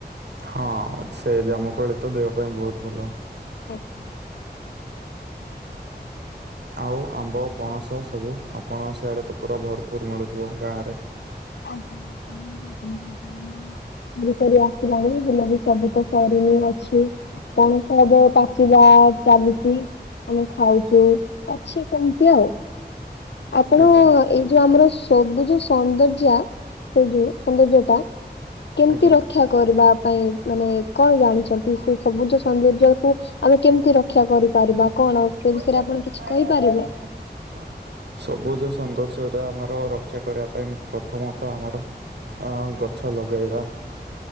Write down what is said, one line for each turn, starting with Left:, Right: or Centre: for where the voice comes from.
Right: ହଁ ସେ ଜାମୁକୋଳି ତ ଦେହ ପାଇଁ ବହୁତ ଭଲ।
Left: <unintelligible>
Right: ଆଉ ଆମ୍ବ ପଣସ ସବୁ ଆପଣଙ୍କ ସିଆଡେ ତ ପୁରା ଭରପୁର ମିଳୁଥିବ ଗାଁ ରେ।
Left: ଆଜ୍ଞା। ସରି ସରି ଆସିଲାଣି ହେଲେ ବି ସବୁ ତ ସରିନି ଅଛି। ପଣସ ଏବେ ପାଚିବା ଚାଲିଛି। ମାନେ ଖାଉଛୁ ଅଛି କେମିତି ଆଉ। ଆପଣ
Right: ଆଜ୍ଞା
Left: ଏଇ ଯୋଉ ଆମର ସବୁ ଯୋଉ ସୌନ୍ଦର୍ଯ୍ୟ। ସେ ଯୋଉ ସୌନ୍ଦର୍ଯ୍ୟଟା କେମିତି
Right: ଆଜ୍ଞା
Left: ରଖ- ରକ୍ଷା କରିବା ପାଇଁ ମାନେ କଣ ଜାଣିଛନ୍ତି ସେ ସବୁଜ ସୌନ୍ଦର୍ଯ୍ୟକୁ। ଆମେ କେମିତି ରକ୍ଷା କରିପାରିବା? କଣ
Right: ସେ ପଇସା
Left: ବିଷୟରେ ଆପଣ
Right: ତ
Left: କିଛି
Right: ଭୟ
Left: କହିପାରିବେ?
Right: ଲାଗେ ଆଣି ଭାରି। ସବୁଜ ସୌନ୍ଦଶ୍ର୍ୟଟା ଆମର ରକ୍ଷା କରିବା ପାଇଁ ପ୍ରଥମତଃ ଆମର ଆଁ ଗଛ ଲଗେଇବା